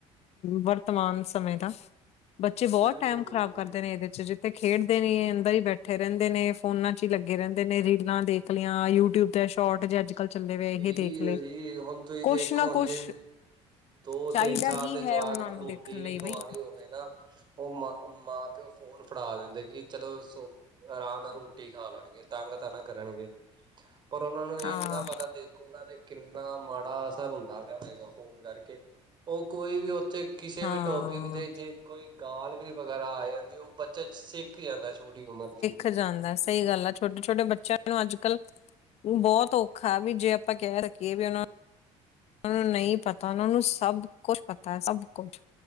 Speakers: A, on the left; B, on the right.
A: ਵਰਤਮਾਨ ਸਮੇਂ ਦਾ ਬੱਚੇ ਬੋਤ
B: ਬਿਲਕੁਲ
A: ਟੈਮ
B: ਬਿਲਕੁਲ
A: ਖਰਾਬ ਕਰਦੇ
B: ਜੀ
A: ਨੇ ਏਦੇ 'ਚ ਜਿੱਥੇ ਖੇਡ ਡਦੇ ਨੀ ਏ ਅੰਦਰ ਈ ਬੈਠੇ ਰੈਂਦੇ ਨੇ, ਫੋਨਾਂ 'ਚ ਈ ਲੱਗੇ ਰੈਂਦੇ ਨੇ, ਰੀਲਾਂ ਦੇਖ ਲੀਆਂ, ਯੂਟਿਊਬ ਤੇ ਸ਼ੋਟ ਜੇ ਅੱਜ ਕੱਲ ਚੱਲੇ ਪਏ
B: ਇਹੀ
A: ਏ ਦੇਖ ਲੇ।
B: ਹੈ ਜੀ ਹੁਣ ਤੁਸੀਂ
A: ਕੁਛ
B: ਦੇਖੋ
A: ਨਾ
B: ਹੁਣ
A: ਕੁਛ
B: ਜੇ ਦੋ
A: ਚਾਹੀਦਾ
B: ਤਿੰਨ ਸਾਲ
A: ਹੀ
B: ਦੇ ਜਵਾਕ
A: ਹੈ ਉਹਨਾਂ
B: ਨੂੰ ਰੋਟੀ
A: ਦੇਖਣ
B: ਵੀ
A: ਲਈ
B: ਖਵਾਣੀ
A: ਬਈ
B: ਹੋਵੇ ਨਾ, ਓ ਮ ਮਾਂ ਪਿਓ ਫੋਨ ਫੜਾ ਦਿੰਦੇ ਕੀ ਚਲੋ ਸੋ ਆਰਾਮ ਨਾਲ ਰੋਟੀ ਖਾ ਲੈਣਗੇ, ਤੰਗ ਤਾਂ ਨਾ ਕਰਨਗੇ। ਪਰ ਓਨਾਂ ਨੂੰ ਏ
A: ਹਾਂ
B: ਨੀ ਨਾ ਪਤਾ ਦੇਖੋ ਓਨਾਂ ਤੇ ਕਿੰਨਾ ਮਾੜਾ ਅਸਰ ਹੁੰਦਾ ਗਿਆ ਏਦਾ। ਫੋਨ ਕਰਕੇ ਓ ਕੋਈ ਵੀ ਓਥੇ ਕਿਸੇ
A: ਹਾਂ
B: ਵੀ ਟੋਪਿਕ ਤੇ ਜੇ ਕੋਈ ਗਾਲ ਵੀ ਵਗੈਰਾ ਆ ਜਾਂਦੀ, ਓ ਬੱਚਾ ਸਿੱਖ ਜਾਂਦਾ ਛੋਟੀ ਉਮਰ ਚੀ।
A: ਸਿੱਖ ਜਾਂਦਾ ਸਈ ਗੱਲ ਆ, ਛੋਟੇ- ਛੋਟੇ ਬੱਚਿਆਂ ਨੂੰ ਅੱਜ ਕੱਲ੍ਹ ਬੋਤ ਔਖਾ ਵੀ ਜੇ ਆਪਾਂ ਕੈ ਰੱਖੀਏ ਵੀ ਓਨਾਂ ਨੂੰ ਓਨਾ ਨੂੰ ਨਈ ਪਤਾ, ਓਨਾਂ ਨੂੰ ਸਭ ਕੁਛ ਪਤਾ- ਸਭ ਕੁਛ।